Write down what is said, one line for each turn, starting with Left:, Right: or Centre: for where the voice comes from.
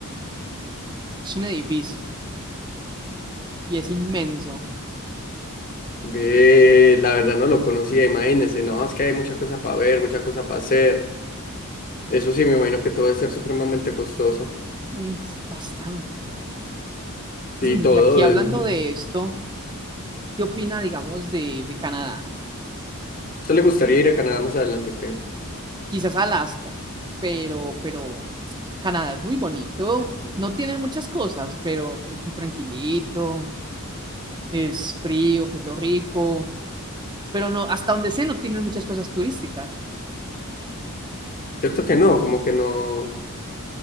Right: Es un edificio y es inmenso,
Left: Ve, la verdad no lo conocía, imagínese, no, es que hay mucha cosa para ver, mucha cosa para hacer. Eso sí, me imagino que todo debe ser supremamente costoso.
Right: mm, bastante. <clears throat>
Left: Sí, todo.
Right: Y aquí hablando
Left: es-
Right: de esto, ¿qué opina, digamos, de, de Canadá?
Left: ¿Usted le gustaría ir a Canadá más adelante o qué?
Right: Quizás Alaska, pero, pero Canadá es muy bonito, no tiene muchas cosas, pero, pero es muy tranquilito, es frío, que es lo rico pero no, hasta donde sé, no tienen muchas cosas turísticas.
Left: Cierto que no, como que no,